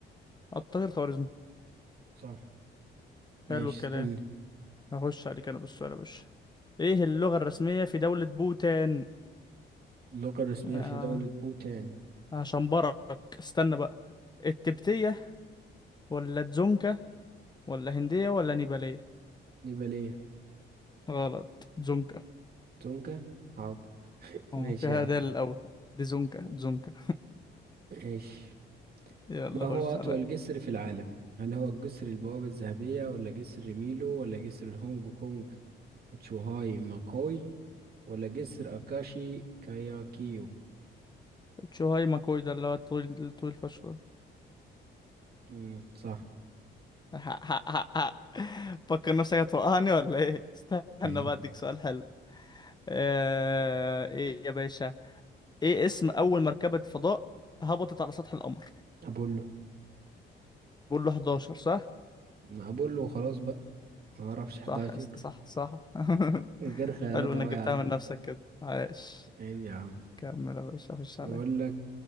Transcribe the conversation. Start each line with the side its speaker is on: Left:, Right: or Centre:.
Left: اعتقد الخوارزمي
Right: صح ماشي
Left: حلو الكلام
Right: اسالني
Left: هخش عليك انا بالسؤال يا باشا ايه اللغة الرسمية في دولة بوتان
Right: اللغة الرسمية
Left: آه
Right: في دولة بوتان
Left: هشنبرك استنى بقى التبتية ولا تزونكا ولا هندية ولا نيبالية
Right: نيبالية
Left: غلط تزونكا
Right: تونكا حاضر
Left: اه
Right: ماشي
Left: فيها
Right: يا عم
Left: دال الاول دزونكا تزونكا
Right: ماشي
Left: يلا
Right: ما
Left: خش
Right: هو أطول
Left: عليا
Right: جسر في العالم هل هو الجسر البوابة الذهبية ولا جسر ميلو ولا جسر هونج كونج تشوهاي ماكوي ولا جسر أكاشي كاياكيو
Left: تشوهاي ماكوي ده اللي هو الطويل الطويل فشخ
Right: امم صح
Left: <laughs> حق حق حق حق. فكر نفسك هتوقعني ولا ايه استنى
Right: ايه
Left: بقى اديك سؤال حلو آه... ايه يا باشا ايه اسم اول مركبة فضاء هبطت على سطح القمر
Right: أبولو
Left: بقول له 11 صح
Right: أبولو خلاص بقى ما أعرفش
Left: صح
Right: 11
Left: يا اسطى صح صح <laughs>
Right: غير خيارات
Left: حلو انك
Right: أهو
Left: جبتها
Right: يا عم
Left: من نفسك كده عاش
Right: عيب يا عم
Left: كمل يا باشا خش
Right: يقول
Left: عليا
Right: لك